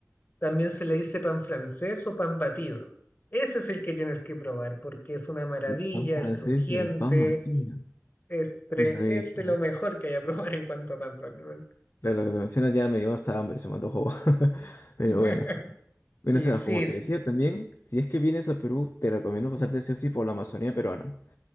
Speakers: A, on the left (about 35°); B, on the left (about 55°).
A: También se le dice pan francés o pan batido. Ese es el que tienes que probar porque es una maravilla,
B: El pan francés,
A: es crujiente,
B: el pan matino.
A: es, tre-
B: Qué rico.
A: es de lo mejor que hay a <laughs> probar en cuanto a pan, probablemente.
B: Claro, lo mencionas ya me dio hasta hambre, se me antojó. <laughs> Pero
A: <laughs>
B: bueno. Bueno,
A: Y
B: Sebas,
A: sí,
B: como te
A: sí.
B: decía también, si es que vienes a Perú, te recomiendo pasarte sí o sí por la Amazonía peruana.